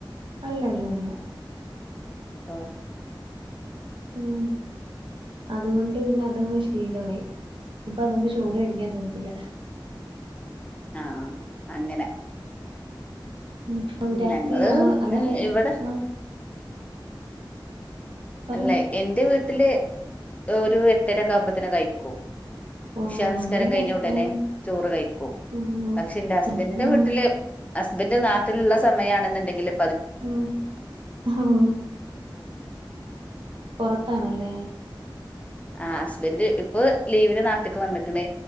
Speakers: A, on the right; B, on the left.
A: അല്ലല്ലല്ല
B: ഓ
A: ഉം അതുകൊണ്ട് ണ്ട് പിന്നെ അതങ്ങ് ശീലമായി ഇപ്പൊ അതൊണ്ട് ചോറ് കഴിക്കാൻ തോന്നത്തില്ല
B: ആഹ അങ്ങനെ.
A: ഉം രാത്രി
B: ഞങ്ങള്
A: ആ അല്ലതെ
B: ഉം ഇവിടെ
A: ആ പറഞ്ഞോ
B: അല്ലെ എന്റെ വീട്ട് ട്ടില് ഒരു എട്ടരോക്കാവുമ്പോത്തിന് കഴിക്കും.
A: ഓ
B: ഇഷാനിസ്കാരം
A: ഞങ്ങളിവിടെ
B: കഴിഞ്ഞ ഉടനെ
A: ആ
B: ചോറ് കഴിക്കും
A: ഓ
B: പക്ഷെ എന്റെ ഹസ്ബന്റിന്റെ
A: ആ ആ
B: വീട്ടില് ഹസ് ഇതിന്റെ നാട്ടിലുള്ള സമയാ ണെന്നുണ്ടെങ്കില്
A: ഉം ഉം പൊറത്താണല്ലേ.
B: ആഹ് ഹസ്ബന്റ് ഇപ്പൊ ലീവിന് നാട്ട്ക്ക് വന്ന്ക്ണ്.